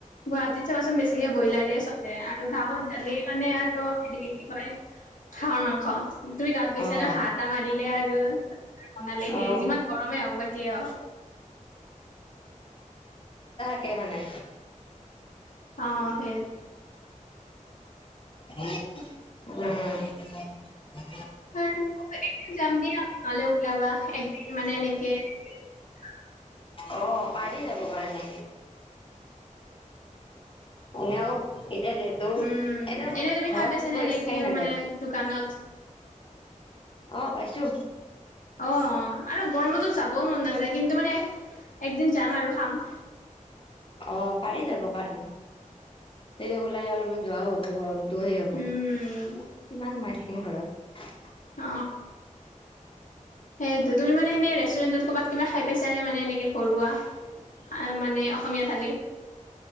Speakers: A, on the left (about 75°); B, on the left (about 40°).
A: গুৱাহাটীত চাবাচোন বেছিকে ব্ৰইলাৰে চলে আৰু গাঁৱত গালেই মানে। হেৰি কি হয় হাহৰ মাংস তুমি গাঁৱত গৈছা
B: অ',
A: ন হাঁহ এটা মাৰিলে আৰু ত বনালে সেই
B: অ',
A: যিমান গৰমেই হওক বা কিয়ে হওক।
B: তাকে মানে
A: অ সেই
B: উম।
A: আৰু একদিন যাম দিয়া নহলে ওলাবা একদিন মানে এনেকে <unintelligible>
B: অ পাৰি যাব কাৰণে এনেও এতিয়াতেতো
A: উম
B: এনেও
A: এনে তুমি
B: ঘৰত
A: খাই পাইছানে
B: থাকিব
A: এনেকে
B: ইচ্ছাই নাযায়।
A: মানে দোকানত
B: অ পাইছো।
A: অ অ আৰু গৰমতো যাবও মন নাযায় কিন্তু মানে একদিন যাম আৰু খাম
B: অ পাৰি যাব কাৰণে তেতিয়া ওলাই অলপমান যোৱাও হ'ব গৰম। তটো সেই হ'ব
A: উম
B: কিমান সোমাই থাকিম ঘৰত।
A: অ সেইটো তুমি মানে এনেই ৰেষ্টুৰেণ্টত ক'ৰবাত কিবা খাই পাইছ নে মানে এনেকৈ ঘৰুৱা? আহ মানে অসমীয়া থালি।